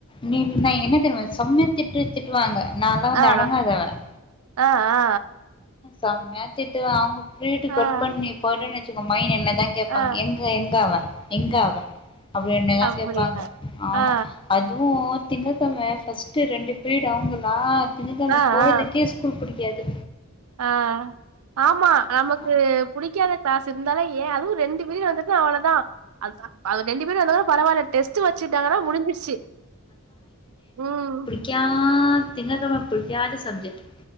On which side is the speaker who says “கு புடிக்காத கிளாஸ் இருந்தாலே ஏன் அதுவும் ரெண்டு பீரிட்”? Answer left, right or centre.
Right